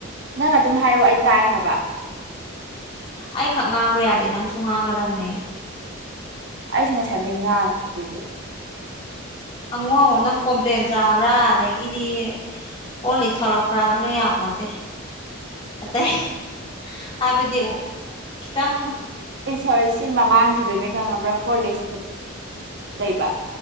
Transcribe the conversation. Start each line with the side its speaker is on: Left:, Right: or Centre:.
Right: ꯅꯪ ꯑꯗꯨꯝ ꯍꯥꯏꯔꯛꯑꯣ
Left: ꯎꯝ
Right: ꯑꯩ ꯇꯥꯏ ꯍꯥꯏꯕ
Left: ꯑꯩꯈꯛ ꯉꯥꯡꯕ ꯌꯥꯗꯦ ꯅꯪꯁꯨ ꯉꯥꯡꯒꯗꯕꯅꯦ
Right: ꯑꯩꯁꯨ ꯉꯁꯥꯏꯗꯒꯤꯩ ꯉꯥꯡꯉꯤꯁꯤꯕꯨ
Left: ꯅꯪꯉꯣ ꯍꯪꯉꯣ ꯅꯪ ꯀꯝꯄ꯭ꯂꯦꯟ ꯆꯥꯕ꯭ꯔꯥ ꯑꯗꯒꯤꯗꯤ ꯑꯣ ꯂꯤꯛ ꯊꯂꯛꯄ꯭ꯔꯥ ꯑꯗꯨꯅ ꯌꯥꯄꯣꯟꯇꯦ ꯑꯇꯩ ꯍꯥꯏꯕꯗꯤ ꯈꯤꯇꯪ
Right: ꯍꯣꯏ ꯁꯤ ꯃꯃꯥꯡꯁꯤꯗꯅꯦ ꯈꯪꯉꯕ꯭ꯔꯥ ꯐꯣꯔ ꯂꯤꯛꯁ ꯂꯩꯕ